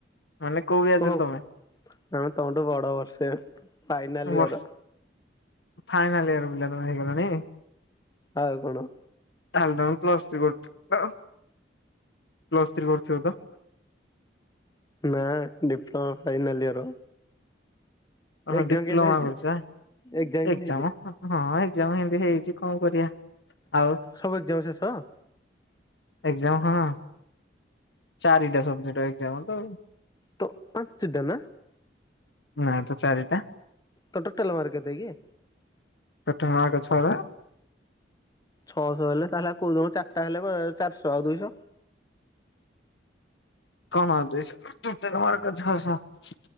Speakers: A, on the left; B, on the left.
A: ମାନେ କୋଉ ବ୍ୟାଚ୍
B: ଓହୋ
A: ର ତମେ?
B: ଆମେ ତମଠୁ ବଡ ବର୍ଷେ ଫାଇନାଲ
A: ବର୍ଷ
B: ଇଅର।
A: ଫାଇନାଲ ଇୟର ପିଲା ତମେ ହେଇଗଲଣି।
B: ଆଉ କଣ?
A: ତାହେଲେ ତମେ ପ୍ଲସ୍ ଥ୍ରୀ କରୁଥିଲ ପ୍ଲସ୍ ଥ୍ରୀ କରୁଥିବ ତ।
B: ନାଁ ଡିପ୍ଲୋମା ଫାଇନାଲ ଇୟର।
A: ଓହୋ
B: ଏକ୍ଜାମ
A: ଡିପ୍ଲୋମା
B: କେମିତି ହେଇଛି?
A: କରୁଛ
B: ଏକ୍ଜାମ କେମିତି
A: ଏକ୍ସାମ
B: ହେଇଛି?
A: ହଁ ଏକ୍ସାମ ସେମିତି ହେଇଛି କଣ କରିବା। ଆଉ
B: ସବୁ ଏକ୍ଜାମ ଶେଷ।
A: ଏକ୍ଜାମ ହଁ ଚାରିଟା ସବଜେକ୍ଟ ଏକ୍ଜାମ ତ ଆଉ।
B: ତ ପାଞ୍ଚେ ଟା ନା।
A: ନା ତ ଚାରିଟା।
B: ତୋ ଟୋଟାଲ ମାର୍କ କେତେ କି?
A: ଟୋଟାଲ ମାର୍କ ଛ ପା।
B: ଛଅଶହ ହେଲେ ତାହେଲେ <unintelligible> ଚାରିଟା ହେଲେ ଚାରିଶହ ଆଉ ଦୁଇଶହ।
A: କଣ ଆଉ ଦୁଇଶହ ଟୋଟାଲ ମାର୍କ ଛଅଶହ